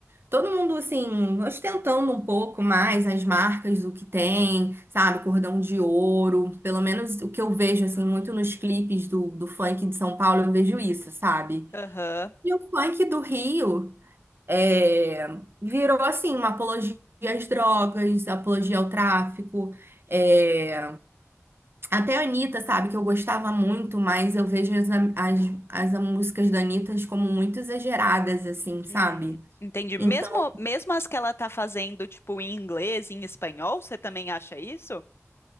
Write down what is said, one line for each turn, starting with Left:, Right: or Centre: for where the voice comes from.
Right: Todo mundo, assim, ostentando um pouco mais as marcas do que tem, sabe? Cordão de ouro. Pelo menos o que eu vejo, assim, muito nos clipes do, do funk de São Paulo, eu vejo isso, sabe?
Left: Aham.
Right: E o funk do Rio é, virou, assim, uma apologia às drogas, apologia ao tráfico. é, Até a Anitta, sabe? Que eu gostava muito, mas eu vejo as, as, as músicas da Anitta como muito exageradas, assim, sabe?
Left: Hum, entendi. Mesmo,
Right: então
Left: mesmo as que ela tá fazendo, tipo, em inglês, em espanhol, você também acha isso?